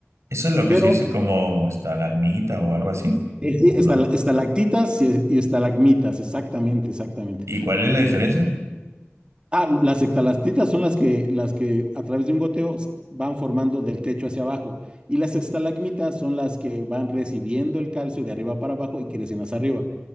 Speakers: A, on the right (about 90°); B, on the right (about 20°).
A: ¿Eso es lo que
B: Pero
A: se dice como estalagmita o algo así?
B: eh, sí,
A: ¿O
B: estala-
A: no?
B: estalactitas y, y estalagmitas, exactamente, exactamente.
A: ¿Y cuál es la diferencia?
B: Ah, las extalactitas son las que, las que a través de un goteo s- van formando del techo hacia abajo. Y las estalagmitas son las que van recibiendo el calcio de arriba para abajo y crecen hacia arriba.